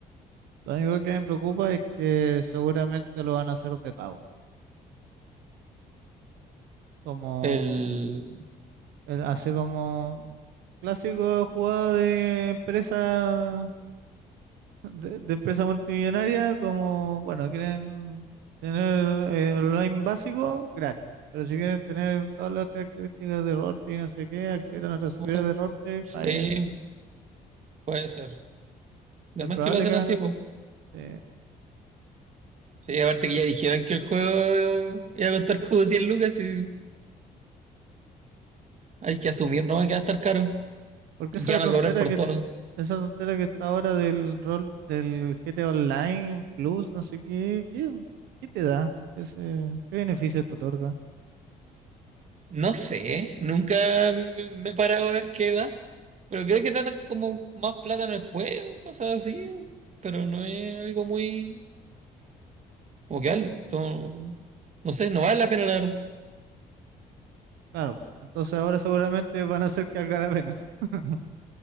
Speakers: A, on the right (about 85°); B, on the right (about 45°).
A: Lo único que me preocupa es que seguramente lo van a hacer de pago. Como
B: El...
A: el- así como clásico jugada de empresa de, de empresa multimillonaria, como bueno, quieren tener eh, online básico gratis. Pero si quieren tener todas las características de roleplay y no sé qué,
B: mm,
A: acceder a nuestros servidores
B: bueno,
A: de roleplay,
B: Sí,
A: paguen.
B: puede ser. Además
A: Es probable
B: que lo hacen
A: que hagan
B: así,
A: eso.
B: pues.
A: sí.
B: Sí, aparte que ya dijeron que el juego iba a costar como 100 lucas y hay que asumir nomás que va a estar caro.
A: Porque
B: Y
A: esa
B: ya van
A: tontera
B: a cobrar por
A: que
B: todo.
A: Esa tontera que está ahora del rol del GTA Online Plus, no sé qué, qué, qué te da, ese, qué beneficio te otorga.
B: No sé, nunca me me he parado a ver qué da. Pero creo que trata como más plata en el juego, cosas así. Pero no es algo muy... Como que alto. No no sé, no vale la pena la verdad.
A: Claro, entonces ahora seguramente van a hacer que valga la pena. <laughs>